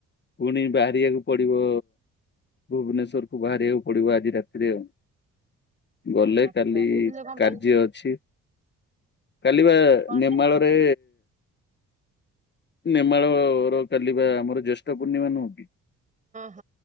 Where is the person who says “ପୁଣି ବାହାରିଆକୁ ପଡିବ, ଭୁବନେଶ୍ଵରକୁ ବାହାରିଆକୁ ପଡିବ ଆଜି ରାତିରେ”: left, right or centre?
Left